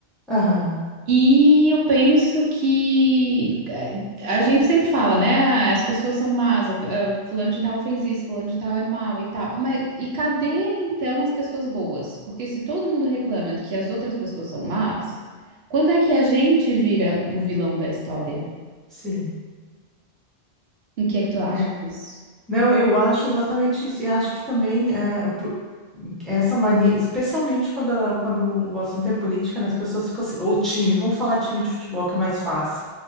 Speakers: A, in the centre; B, on the right (about 80°).
A: aham,
B: E eu penso que eh, a gente sempre fala, né? "Ah, As pessoas são más, a- a- fulano de tal fez isso, fulano de tal é mal e tal. Mas e cadê então as pessoas boas? Porque se todo mundo reclama de que as outras pessoas são más, quando é que a gente vira o vilão da história?
A: sim.
B: O que é que tu acha
A: é.
B: disso?
A: Não, eu acho exatamente isso. E acho que também eh, por- essa mania, especialmente quando, a- quando o assunto é política, né, as pessoas ficam assim, ou time, vamos falar time de futebol, que é mais fácil